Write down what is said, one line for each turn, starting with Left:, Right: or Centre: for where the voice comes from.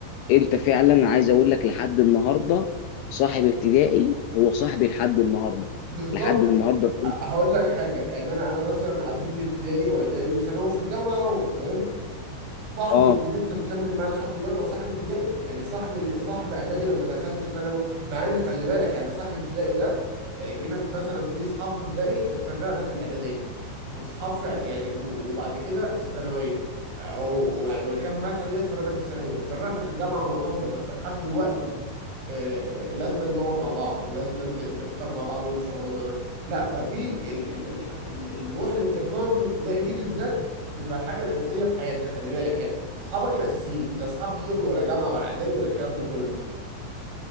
Left: انت فعلا عايز اقول لك لحد النهارده صاحب ابتدائي هو صاحبي لحد النهارده
Right: بالظبط
Left: لحد
Right: ه-
Left: النهارده
Right: هقول لك حاجه يعني انا انا مثلا عديت بابتدائي واعدادي وثانوي وفي الجامعه اهو تمام صاحبي
Left: اه
Right: اللي لسه مكمل معاه لحد دلوقتي هو صاحب ابتدائي يعني صاحب اللي صاحب اعدادي لما دخلت ثانوي مع ان خلي بالك يعني صاحب ابتدائي ده آه، جينا في مثلا في اصحاب في ابتدائي اتفرقنا في الاعداديه واصحاب في يعني و- وبعد كده الثانويه او يعني واللي كان معايا في الاعداديه اتفرقنا في الثانوي واتفرقنا في الجامعه معظمنا بس لحد دلوقتي آه، لازم نقعد مع بعض ولازم نفطر مع بعض يوم في رمضان لا ففي ال ال ال ال الروح اللي بتتكون في ابتدائي دي بالذات بتبقى الحاجه الاساسيه في حياتك خلي بالك يعني اصحابك الاساسيين لا اصحاب شغل ولا جامعه ولا اعداد ولا الكلام ده كله